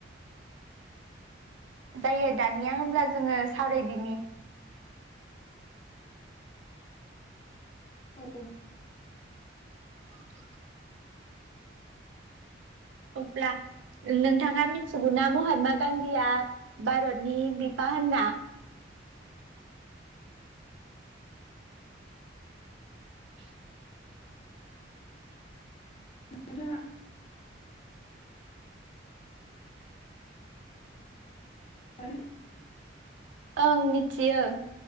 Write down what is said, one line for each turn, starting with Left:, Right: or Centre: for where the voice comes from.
Right: जायो दानिया होब्ला जोङो सावरायदिनि।
Left: औ।
Right: <unintelligible> अब्ला नोंथाङा मिथिगौना महात्मा गान्धीया भारतनि बिफा होनना। <inaudible>
Left: नोंथाङा <inaudible>
Right: ओं मिथियो